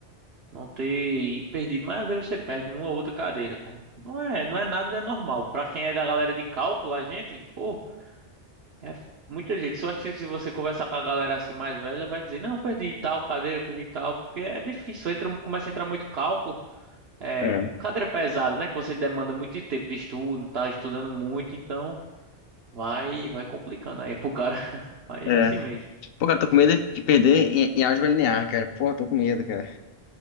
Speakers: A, on the right; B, on the left.
A: não ter perdido. Mas às vezes você perde uma ou outra cadeira, cara. Não é, não é nada de anormal. Pra quem é da galera de cálculo, a gente, pô. É f- muita gente. Só acho que se você conversar com a galera assim mais velha, vai dizer, não, eu perdi tal cadeira, eu perdi tal, porque é difícil, entra, começa a entrar muito cálculo. É,
B: É.
A: cadeira pesada, né? Que você demanda muito tempo de estudo, tá estudando muito, então vai, vai complicando aí pro cara. <laughs> Mas
B: é.
A: assim mesmo.
B: Pô, cara, tô com medo de perder em, em álgebra linear, cara. Pô, tô com medo, cara.